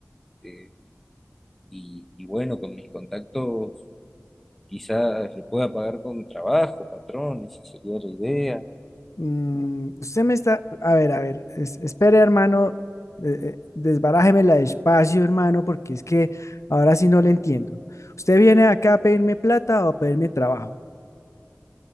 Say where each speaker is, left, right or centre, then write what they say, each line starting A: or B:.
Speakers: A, in the centre; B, on the left (about 70°).
A: eh, y, y bueno, con mis contactos quizás le pueda pagar con trabajo, patrón, esa sería la idea.
B: Mm, usted me está, a ver, a ver, es- espere, hermano, eh, eh, desbarájemela despacio, hermano, porque es que ahora sí no le entiendo. ¿Usted viene acá a pedirme plata o a pedirme trabajo?